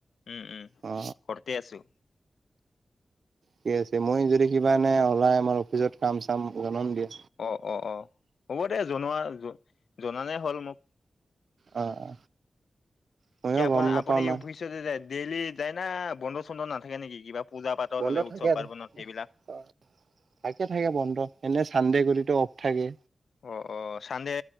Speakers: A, on the left (about 80°); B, on the right (about 70°).
A: উম উম
B: অ।
A: ঘৰতে আছো
B: ক আছে মই যদি কিবা এনে ওলাই আমাৰ অফিচত কাম চাম জনন দিয়া
A: অ অ অ হ'ব দে জনোৱা জনালে হ'ল মোক
B: অ অ। ময়ো
A: কি আ
B: গম নাপাও
A: আপনি
B: না
A: ভষ্যত জাইনেকি ডেইলি যায় না বন্ধ চন্ধ নাথাকে নেকি কিবা পূজা পাতল
B: বন্ধ
A: হলে উৎসৱ
B: থাকে আৰু
A: পাৰ্বনত সেইবিলাক
B: থাকে থাকে বন্ধ এনে চানডে গ অফ থাকে
A: অ অ চানডে